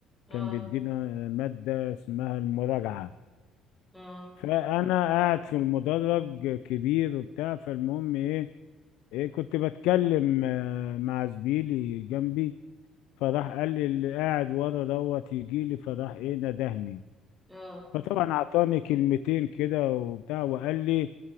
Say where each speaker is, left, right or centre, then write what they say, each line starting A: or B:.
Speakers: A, in the centre; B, on the left.
A: اه
B: كان بيدينا آه، مادة اسمها المراجعة
A: اه
B: فأنا قاعد في المدرج كبير وبتاع فالمهم إيه, إيه كنت بتكلم آه، مع زميلي جنبي فراح قال لي اللي قاعد ورا دوت يجي لي فراح إيه ندهني
A: اه
B: فطبعا اعطاني كلمتين كده وبتاع وقال لي